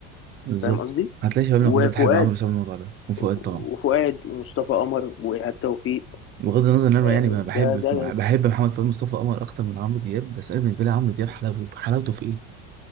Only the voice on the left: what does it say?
فاهم قصدي
وفؤاد
وفؤاد
ومصطفى قمر وايهاب توفيق
آه،
ده ده